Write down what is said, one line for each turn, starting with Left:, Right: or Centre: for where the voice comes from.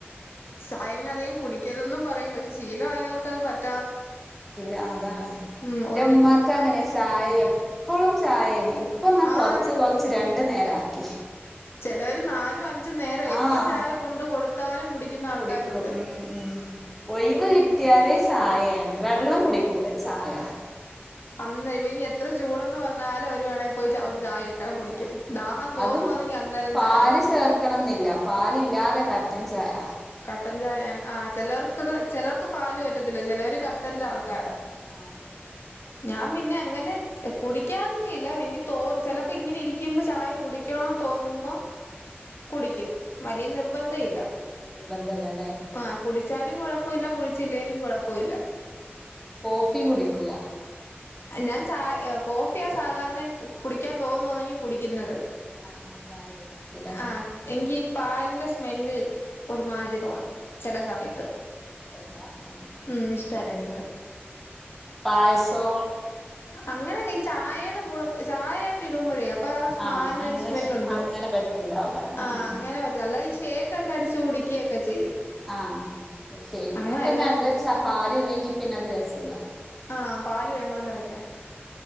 Left: ചായ പിന്നെ അധികം കുടിക്കരുതെന്നും പറയും പക്ഷെ ശീലമായവർക്കത് പറ്റ
Centre: റ്റില്ല ആ അതാണ്
Left: ഉം
Centre: ഇന്റെമ്മാക്കങ്ങനെ
Left: ഒരു
Centre: ചായ എപ്പഴും ചായേനി ഇപ്പെന്നാ
Left: ആഹ്
Centre: കൊറച്ച് കൊറച്ച് രണ്ടു നേരാക്കി
Left: ചെലവര് നാലും അ ഞ്ചും നേരം എപ്പം
Centre: ആഹ്
Left: ചായ കൊണ്ട് കൊടുത്താലും കുടിക്കുന്നാൾക്കാരുണ്ട്
Centre: കുടിക്കും ഉം ഉം ഒഴിവ് കിട്ടിയാല് ചായെയാണ് വെള്ളം കുടിക്കൂലാ ചായ
Left: നന്നായി പോയി ഇനിയെത്ര ചൂടെന്ന് പറഞ്ഞാലും അവര് വേണേ പോയി
Centre: ആഹ്
Left: ഒര് ചായയിട്ടങ്ങ് കുടിക്കും
Centre: ചായ പറ്റും
Left: ദാഹം
Centre: ഉം
Left: തോന്നുവാന്നെങ്കി
Centre: അതും
Left: അന്നേരം
Centre: പാല്
Left: ചായ വേണം
Centre: ചേർക്കണംന്നില്ല പാലില്ലാതെ കട്ടൻ ചായ
Left: കട്ടൻ ചായ ആ ചിലർക്കൊക്കെ ചിലർക്ക് പാല് പറ്റത്തില്ല ചിലർ കട്ടന്റെ
Centre: ആഹ്
Left: ആൾക്കാരാ
Centre: ചായ ആഹ് അതെ
Left: <inaudible> ഞാൻ പിന്നെ അങ്ങനെ കുടിക്കാതട ഇല്ല എനിക്ക് തോ ചിലപ്പോ ഇങ്ങനെ ഇരിക്കുമ്പോ ചായ കുടി ക്കണെ തോന്നുമ്പം കുടിക്കും വലിയ നിർബന്ധ ഇല്ല
Centre: നിർബന്ധല്ല
Left: ആ കുടിച്ചാലും കൊഴപ്പമില്ല കുടിച്ചില്ലേലും കുഴപ്പമില്ല
Centre: കോഫിയും കുടിക്കുല്ല
Left: അഹ്‌ ഞാൻ ചായ കോഫിയാ സാധാരണയ കുടിക്കാൻ തോന്നുഅണെങ്കില് കുടിക്കുന്നത്
Centre: ആഹ് ആഹ് ചായ ഒഴിവാക്കില്ലേ
Left: ആഹ് എങ്കി പാലിന്റെ സ്മെല് ഒരുമാതിരി തോന്നും ചെല സമയത്ത്
Centre: ഇഷ്ടല്ല ഏഹ്
Left: ഉം ഇഷ്ടല്ല എനിക്
Centre: പായസോ
Left: അങ്ങനെല്ല ഈ ചായയുടെ കൂടെ ചായ ത്ത് ഇടുമ്പോഴേ അപ്പൊ ആ സ് പാലിന്
Centre: ആഹ് അങ്ങനെ
Left: സ്മെൽ ഉണ്ട്
Centre: അങ്ങനെ പറ്റ്ണ്ടാവൂല ആഹ്
Left: ആ
Centre: ആഹ്
Left: അങ്ങനെ പറ്റള്ളൂ അല്ലാതെ ഈ സെ ക്കെക്കെ അടിച്ച് കുടിക്കുകയൊക്കെ ചെയ്യും
Centre: ആഹ് ഷെക്ക്
Left: അങ്ങനെയല്ല
Centre: നല്ലൊര് ചാ പാല് ഇല്ലെങ്കിൽ പിന്നെ അത് രസല്ല
Left: ആഹ് പാല് വേണല്ലോ അതിനെ